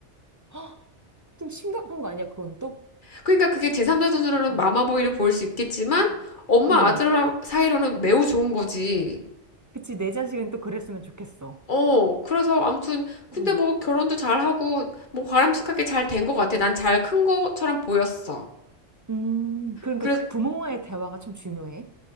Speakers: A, on the right; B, on the left.
A: <gasps> 헉, 좀 심각한 거 아니야, 그건 또?
B: 그러니까 그게 제3자 눈으로는
A: 어.
B: 마마보이를 보일 수 있겠지만,
A: 음.
B: 엄마
A: 어.
B: 아들 사이로는 매우 좋은 거지.
A: 그치, 내 자식은 또 그랬으면 좋겠어.
B: 어, 그래서 아무튼, 근데
A: 응.
B: 뭐 결혼도 잘하고, 뭐 바람직하게 잘 된 것 같아. 난 잘 큰 것처럼 보였어.
A: 음, 그러니까
B: 그래서
A: 부모와의 대화가 참 중요해.